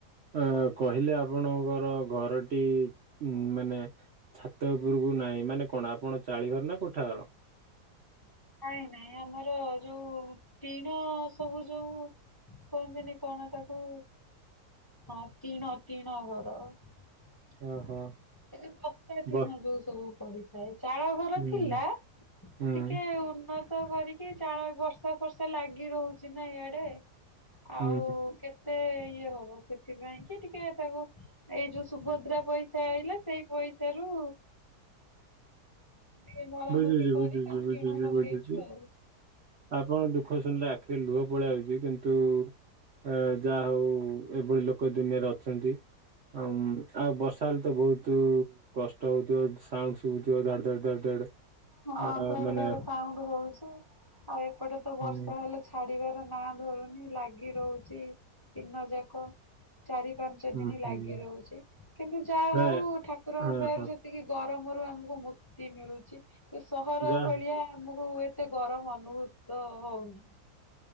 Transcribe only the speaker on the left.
ନାଇଁ ନାଇଁ ଆମର ଯଉ ଟିଣ ସବୁ ଯୋଉ କୁହନ୍ତିିନି କଣ ତାକୁ ହଁ ଟିଣ ଟିଣ ଘର। <unintelligible>
ଟିଣ ଯଉଁ ସବୁ। ପଡିଥାଏ ଚାଳ ଘର
ଥିଲା ଟିକେ
ଉନ୍ନତ କରିକି ଚାଳ ବର୍ଷା ଫର୍ଷା ଲାଗି ରହୁଛି ନା ଇଆଡେ ଆଉ
କେତେ ଇଏ ହବ ସେଥିପାଇଁ କି ଟିକେ ତାକୁ ଏଇ ଯୋଉ ସୁଭଦ୍ରା ପଇସା ଆଇଲା ସେଇ ପଇସା ରୁ ଟିକେ ମରାମତି
କରି ତାକୁ
ଟିଣ ପକେଇଛୁ
ଆଉ।
ହଁ
ଧଡ
ଧଡ ସାଉଣ୍ଡ ହଉଛି ଆଉ ଏପଟେ ତ ବର୍ଷା
ହେଲେ ଛାଡିବାର ନାଁ ଧରୁନି ଲାଗି ରହୁଛି ଦିନ ଯାକ ଚାରି ପାଞ୍ଚ ପାଞ୍ଚ
ଦିନ
ଲାଗି ରହୁଛି କିନ୍ତୁ ଯାହା
ହଉ ଠାକୁରଙ୍କ
ଦୟାରୁ
ସେ ଟିକେ ଗରମରୁ ଆମକୁ ମୁକ୍ତି ମିଳୁଛି ତ ସହର
ଭଳିଆ ଆମକୁ ଏତେ ଗରମ ଅନୁଭୂତ ହଉନି।